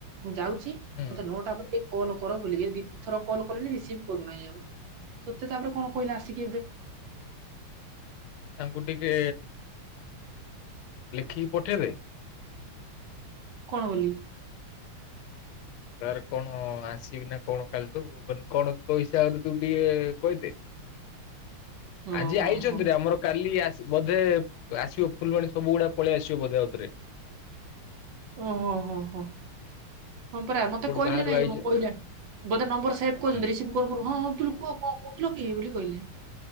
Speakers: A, on the right; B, on the left.
A: ମୁଁ ଯାଉଚି
B: ହୁଁ
A: ମତେ ନଅଟା ପରେ ଟ କଲ୍ କର ବୁଲିକି ଦିି ଥର କଲ କ ରିସିଭ କରୁନାହିଁ ଆଉ ତତେ ତାପରେ କଣ କହିଲା ଆସିକି ଏବେ?
B: ତାଙ୍କୁ ଟିକେ ଲେଖିକି ପଠେଇବେ
A: କଣ ବୋଲି?
B: ତାର୍ କଣ ଆସିବି ନା କଣ କାଲିଠୁ ମାନେ କଣ ପଇସା ତୁ ଟିକେ କହିଦେ
A: ଓହୋ
B: ଆଜି ଆଇଚନ୍ତି
A: ହୋ
B: ରେ ଆମର କାଲି ବୋଧେ ଆସିବ ଫୁଲବାଣୀ ସବୁ ଗୁଡା ପଳେଇ ଆସିବ ବଧେ ଆଉଥରେ।
A: ଓହୋ ହୋ ହୋ। ହଁ ପରା ମତେ
B: ଏପଟୁ
A: କହିଲେ
B: ବାହାରୁ
A: ନାଇଁ
B: ଆଇଚି
A: ମୁଁ କହିଲେ ବୋଧେ ନମ୍ବର ସେଭ୍
B: ହୁଁ।
A: କଛନ୍ତି ରିସିଭ କରୁୁ ହଁଁ। ଥିଲ କୁହ କଣ କହୁଥିଲ କିଏ ବୋଲି କହିଲେ